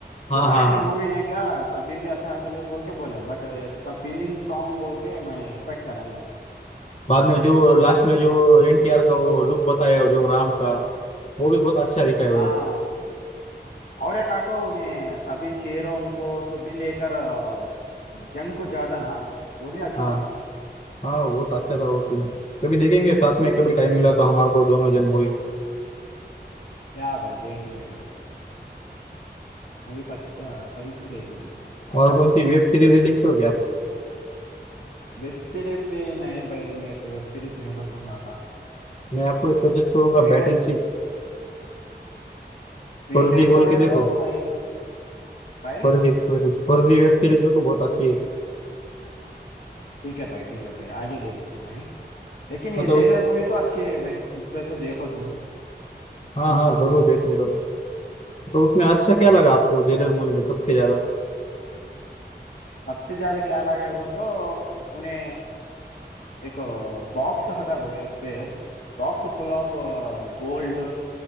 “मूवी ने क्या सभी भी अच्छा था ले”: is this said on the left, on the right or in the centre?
Left